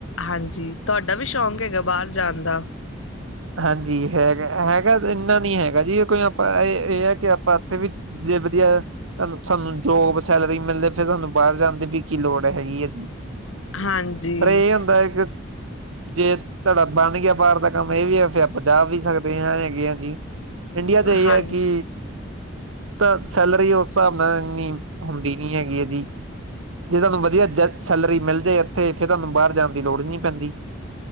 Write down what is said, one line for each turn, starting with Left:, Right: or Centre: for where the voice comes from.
Left: ਹਾਂਜੀ ਤੁਹਾਡਾ ਵੀ ਸ਼ੌਕ ਹੈਗਾ ਬਾਅਰ ਜਾਣ ਦਾ?
Right: ਹਾਂਜੀ ਹੈਗਾ-ਹੈਗਾ ਇੰਨਾ ਨੀ ਹੈਗਾ ਜੀ ਏ ਕੋਈ ਆਪਾਂ ਏ-ਏ ਐ ਕਿ ਆਪਾਂ ਇੱਥੇ ਵੀ ਜੇ ਵਧੀਆ ਤੁਹਾਨੂੰ ਸਾਨੂੰ ਜੋਬ ਸੈਲਰੀ ਮਿਲੇ ਫਿਰ ਤੁਹਾਨੂੰ ਬਾਹਰ ਜਾਣ ਦੀ ਵੀ ਕੀ ਲੋੜ ਹੈਗੀ ਐ ਜੀ।
Left: ਹਾਂਜੀ।
Right: ਪਰ ਏ ਹੁੰਦਾ ਕਿ ਜੇ ਤੁਹਡਾ ਬਣ ਗਿਆ ਬਾਅਰ ਦਾ ਕੰਮ ਏ ਵੀ ਹੈ ਫੇਰ ਆਪਾਂ ਜਾ ਵੀ ਸਕਦੇ ਆ ਹੈਗੇ ਆ ਜੀ ਇੰਡੀਆ ਚ ਏ
Left: ਹਾਂ
Right: ਹੈ ਕਿ ਤਾਂ ਸੈਲਰੀ ਓਸ ਹਿਸਾਬ ਨਾਲ ਇਨੀ ਹੁੰਦੀ ਨੀ ਹੈਗੀ ਐ ਜੀ ਜੇ ਤੁਹਾਨੂੰ ਵਧੀਆ ਜ ਸੈਲਰੀ ਮਿਲ ਜਾਏ ਐਥੇ ਫੇਰ ਤੁਹਾਨੂੰ ਬਾਅਰ ਜਾਣ ਦੀ ਲੋੜ ਈ ਨੀ ਪੈਂਦੀ।